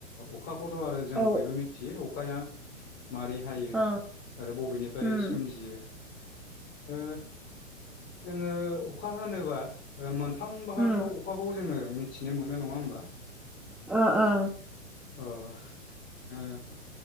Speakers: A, on the left; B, in the centre.
A: अखाखौथ' आरो जों
B: औ
A: बयबो मिथियो अखाया मारै हायो
B: औ
A: आरो बबेनिफ्राय
B: उम
A: सोमजियो। ओ जोङो अखा हानोबा ओ मोनथाम बाहागोआव
B: उम
A: अखाखौ जोङो मिथिनो मोनो नङा ओमबा?
B: ओ ओ
A: अ जोङो